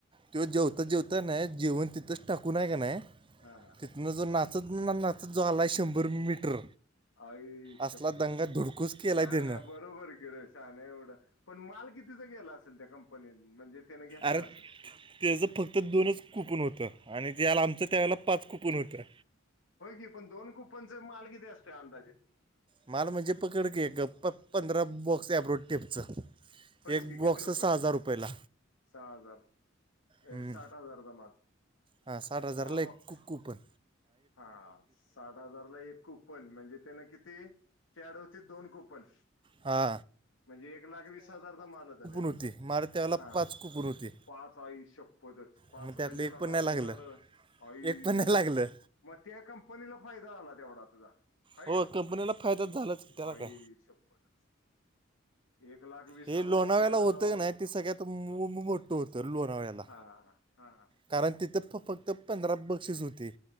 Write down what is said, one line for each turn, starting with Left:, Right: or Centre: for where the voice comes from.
Right: तेव्हा जेवता जेवता नाही जेवण तिथंच टाकूूनय का नाही
Left: हा
Right: तिथूनं जो नात आ ना ना तर ज आला आहे शंभर मीटर
Left: आई
Right: असला
Left: शपथच
Right: दंगा धुडकूस केलाय
Left: नाही
Right: त्यानं
Left: नाही बरोबर गे र शान एवढं पण माल कितीचा गेला त्या कंपनीत म्हणजे त्यानं घेतला
Right: अरे
Left: असेल
Right: त्याच फक्त दोनच कुपन होत आणि त्या्याला आमचं त्यावेळेला पाच कुपन होतं
Left: होय की पण दोन कुपनचे माल किती असतोय अंदाजे
Right: माल म्हणजे पकडकी एक पंधरा बॉक्स एब्रोड टेपचं
Left: होयच
Right: एक
Left: की किती
Right: बॉक्स
Left: रुपये
Right: सहा हजार रुपयेला.
Left: सहा हजार ए,
Right: हम्म
Left: साठ हजारचा माल
Right: हा साठ हजारला
Left: दहा बॉक्स
Right: एक कु कूपण.
Left: हा साठ हजारला एक कुपन म्हणजे त्यान किती त्याकडं होती, दोन कुपन
Right: हा.
Left: म्हणजे एक लाख वीस हजारचा माल होता त्यात,
Right: होती माड त्यावेळेला
Left: हा
Right: पाच कुपून होती
Left: पाच आई शप्पत, पाच
Right: मग
Left: म्हणजे,
Right: त्यातलं एक
Left: लेका
Right: पण नाही
Left: त्याच्याकडे,
Right: लागलं
Left: आईशप्पथ
Right: एक पण नाही लागलं
Left: म त्या कंपनीला फायदा झाला, तेवढा तुझा. है
Right: हो
Left: का नाही
Right: कंपनीला फायदाच झालाच की त्याला
Left: आई
Right: काय
Left: शप्पथच. एक लाख वीस
Right: हे
Left: हजार
Right: लोणावळ्याला
Left: वालेला
Right: होतं
Left: राह
Right: का नाही ते सगळ्यात मो- मो- मोठं होतं लोणावळ्याला
Left: हा हा
Right: कारण तिथं फक्त पंधरा बक्षीस होते